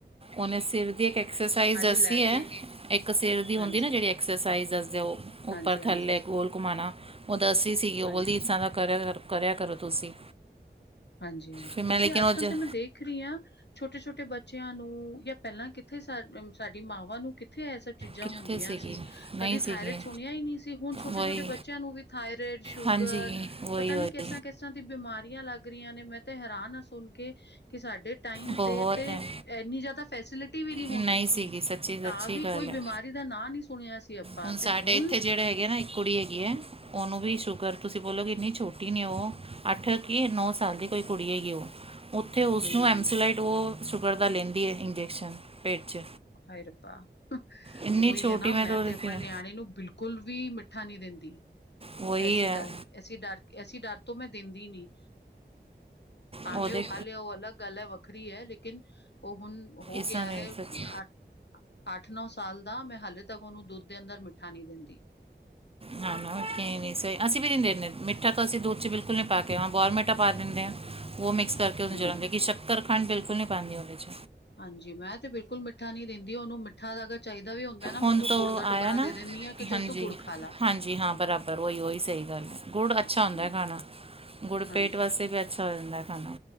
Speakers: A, on the right; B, on the left.
A: ਓਨੇ ਸਿਰ ਦੀ ਇੱਕ ਐਕਸਰਸਾਈਜ਼ ਦੱਸੀ
B: ਲੈ
A: ਹੈ,
B: ਕੇ
A: ਇੱਕ ਸਿਰ ਦੀ
B: ਹਾਂਜੀ,
A: ਹੁੰਦੀ ਨਾ ਜੇੜੀ ਐਕਸਰਸਾਈਜ ਦੱਸਦੇ ਉਹ,
B: ਹਾਂਜੀ,
A: ਉੱਪਰ-
B: ਹਾਂਜੀ,
A: ਥੱਲੇ ਗੋਲ ਘੁਮਾਨਾ, ਉਹ ਦੱਸਦੀ ਸੀਗੀ, ਉਹ
B: ਹਾਂਜੀ।
A: ਬੋਲਦੀ ਸਾਰਾ ਕਰਿਆ ਕਰ ਕਰਿਆ ਕਰੋ ਤੁਸੀਂ।
B: ਹਾਂਜੀ-ਹਾਂਜੀ,
A: ਫਿਰ
B: ਕਿਉਂਕਿ
A: ਮੈਂ ਲੇਕਿਨ
B: ਅੱਜ-ਕਲ੍ਹ
A: ਉਹ ਜ-
B: ਤਾਂ ਮੈਂ ਦੇਖ ਰੀ ਆ। ਛੋਟੇ-ਛੋਟੇ ਬੱਚਿਆਂ ਨੂੰ, ਯਾ ਪੈਲਾਂ ਕਿੱਥੇ ਸਾ ਸਾਡੀ ਮਾਵਾਂ ਨੂੰ ਕਿੱਥੇ ਐਹ ਸਭ ਚੀਜ਼ਾਂ
A: ਕਿੱਥੇ
B: ਹੁੰਦੀਆਂ
A: ਸੀਗੀ
B: ਸੀ,
A: ਨਹੀਂ
B: ਕਦੇ
A: ਸੀਗੀ
B: ਥਾਇਰਡ ਸੁਨਿਆ ਈ ਨੀ ਸੀ, ਹੁਨ ਛੋਟੇ-
A: ਵਹੀ
B: ਛੋਟੇ ਬੱਚੇ ਬੱਚਿਆਂ ਨੂੰ ਵੀ ਥਾਇਰਡ, ਸ਼ੂਗਰ
A: ਹਾਂਜੀ ਵਹੀ
B: ਪਤਾ
A: ਵਹੀ
B: ਨੀ ਕਿਸ ਤਰ੍ਹਾਂ ਕਿਸ ਤਰ੍ਹਾਂ ਦੀ ਬਿਮਾਰੀਆਂ ਲੱਗ ਰੀਆਂ ਨੇ, ਮੈਂ ਤੇ ਹੈਰਾਨ ਹਾਂ ਸੁਨ ਕੇ, ਕਿ ਸਾਡੇ ਟਾਈਮ
A: ਬਹੁਤ
B: 'ਤੇ, 'ਤੇ
A: ਹੈ
B: ਐੰਨੀ ਜਾਦਾ ਫੈਸਿਲਿ ਟੀ ਵੀ ਨੀ
A: ਨਹੀਂ
B: ਹੁੰਦੀ
A: ਸੀਗੀ
B: ਸੀ,
A: ਸੱਚੀ ਸੱਚੀ
B: ਤਾਂ ਵੀ
A: ਗੱਲ
B: ਕੋਈ
A: ਹੈ
B: ਬਿਮਾਰੀ ਦਾ ਨਾਂ ਨੀ ਸੁਣਿਆ ਸੀ ਆਪਾਂ,
A: ਹੁਣ ਸਾਡੇ
B: 'ਤੇ ਹੁਨ
A: ਇੱਥੇ ਜਿਹੜੇ ਹੈਗੇ ਨਾ ਇੱਕ ਕੁੜੀ ਹੈਗੀ ਐ, ਓਨੂੰ ਵੀ ਸ਼ੂਗਰ ਤੁ ਤੁਸੀਂ ਬੋਲੋਗੇ ਇੰਨੀ ਛੋਟੀ ਨੇ ਉਹ, ਅੱਠ ਕਿ ਨੌ ਸਾਲ ਦੀ ਕੋਈ ਕੁੜੀ ਹੈਗੀ ਉਹ। ਉੱਥੇ ਉਸਨੂੰ
B: ਹੂੰ
A: ਐਮਸੀਲਾਈਟ, ਉਹ ਸ਼ੂਗਰ ਦਾ ਲੈਂਦੀ ਏ ਇੰਜੈਕਸ਼ਨ, ਪੇਟ 'ਚ।
B: ਹਾਏ ਰਬਾ!
A: ਇੰਨੀ
B: ਓਈ
A: ਛੋਟੀ
B: ਏ ਨਾ, ਮੈਂ
A: ਤਾਂ
B: 'ਤੇ
A: ਦੇਖੀ
B: ਅਪਨੇ
A: ਹੈ
B: ਨਿਆਣੇ ਨੂੰ ਬਿਲ ਕੁੱਲ ਵੀ ਮਿੱਠਾ ਨੀ ਦੇਂਦੀ,
A: ਵਹੀ
B: ਐਸੀ
A: ਹੈ
B: ਡਾਰਕ- ਐਸੀ ਡਾਰਕ, ਐਸੀ ਡਾਰਕ। ਤੋ ਮੈਂ ਦੇੰਦੀ ਨੀ, ਭਾਵੇ
A: ਉਹਦੇ
B: ਉਹ ਕਲ੍ਹ, ਉਹ ਅਲਗ ਗਲ ਐ। ਵੱਖਰੀ ਐ, ਲੇਕਿਨ ਉਹ ਹੁਨ ਹੋ
A: ਇਸਾ
B: ਗਿਆ
A: ਨਹੀਂ
B: ਹੈ
A: ਸੱਚ
B: ਅੱਠ ਅੱਠ-ਨੌ ਸਾਲ ਦਾ, ਮੈਂ ਹਾਲੇ ਤੱਕ ਉਨੂੰ ਦੁੱਧ ਦੇ ਅੰਦਰ ਮਿੱਠਾ ਨੀ ਦੇੰਦੀ।
A: ਹਾਂ- ਹਾਂ, ਨਈ -ਨਈ, ਅਸੀਂ ਵੀ ਨੀ ਦਿੰਦੇ। ਮਿੱਠਾ ਤਾਂ ਅਸੀਂ ਦੁੱਧ 'ਚ ਬਿਲਕੁਲ ਨੀ ਪਾ ਕੇ ਹਾਂ, ਬੋਰਵੀਟਾ ਪਾ ਦਿੰਦੇ ਆ। ਉਹ ਮਿਕਸ ਕਰਕੇ ਉਸਨੂੰ
B: ਹੂੰ
A: ਜਰਾਂਗੇ, ਕਿ ਸ਼ੱਕਰ ਖੰਡ ਬਿਲਕੁਲ ਨੀ ਪਾਂਦੇ ਓਦੇ 'ਚ।
B: ਹਾਂਜੀ, ਮੈਂ 'ਤੇ ਬਿਲਕੁਲ ਮਿੱਠਾ ਨੀ ਦਿੰਦੀ ਉਨੂੰ ਮਿੱਠਾ ਦਾ ਅਗਰ ਚਾਹੀਦਾ ਵੀ ਹੁੰਦਾ ਨਾ ਮੈਂ
A: ਹੁਨ
B: ਉਹਨੂੰ
A: ਤੋਂ
B: ਗੁੜ ਦਾ ਟੁਕੜਾ
A: ਆਇਆ ਨਾ,
B: ਦੇ ਦਿੰਦੀ ਹਾਂ ਕਿ ਚੱਲ
A: ਹਾਂਜੀ,
B: ਤੂੰ ਗੁੜ ਖਾ ਲਾ
A: ਹਾਂਜੀ ਹਾਂ ਬਰਾਬਰ ਓਈ, ਓਈ ਸਹੀ ਗੱਲ। ਗੁੜ ਅੱਛਾ
B: ਹੂੰ
A: ਹੁੰਦਾ ਖਾਨਾ, ਗੁੜ
B: ਹਾਂਜੀ
A: ਪੇਟ ਵਾਸਤੇ ਵੀ ਅੱਛਾ ਹੋ ਜਾਂਦਾ ਖਾਨਾ।